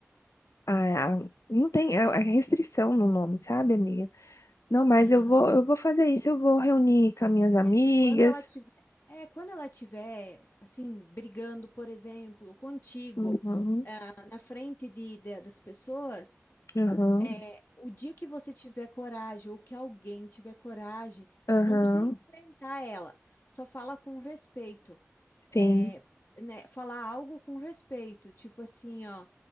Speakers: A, on the left; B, on the left.
A: a, a- não tem a, a restrição no nome, sabe, amiga? Não, mas
B: Uhum.
A: eu vou eu vou fazer isso, eu vou reunir com as minhas amigas.
B: É, e quando ela tiver, é, quando ela tiver assim brigando, por exemplo, contigo,
A: Uhum.
B: ah, na frente de, de- das pessoas,
A: Aham.
B: é, o dia que você tiver coragem ou que alguém tiver coragem,
A: Aham.
B: não precisa enfrentar ela, só fala com respeito, é,
A: Sim.
B: né, falar algo com respeito, tipo assim, ó,